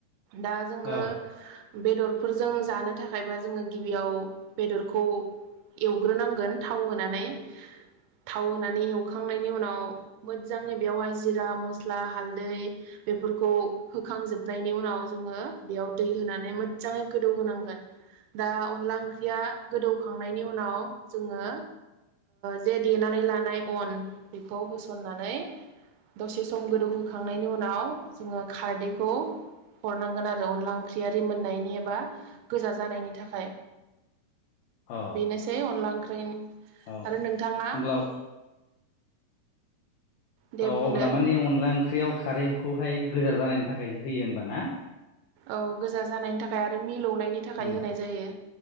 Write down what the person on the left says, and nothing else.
औ
औ
औ
होमब्ला
औ
अब्ला मानि अनला ओंख्रियाव खारैखौहाय गोजा जानायनि थाखायसो होयो होनबाना?
उम